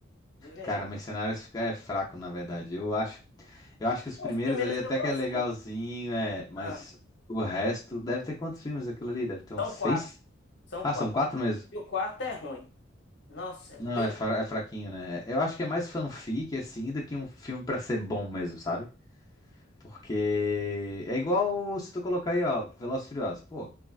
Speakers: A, on the left (about 60°); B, on the left (about 20°).
A: de verdade.
B: Cara, Mercenários é fraco, na verdade. Eu acho, eu acho que os
A: Não,
B: primeiros
A: Os primeiros
B: ali até
A: eu gostei.
B: que é legalzinho, é, mas
A: Ah,
B: o resto. Deve ter quantos filmes aquilo ali? Deve ter uns
A: são
B: seis?
A: quatro, são
B: Ah,
A: quatro.
B: são quatro mesmo.
A: E o quarto é ruim. Nossa, é bem...
B: Não, é, fra- é fraquinho, né? Eu acho que é mais fanfic, assim, do que um filme pra ser bom mesmo, sabe? Porque é igual se tu colocar aí, ó, Velozes e Furiosos. Pô,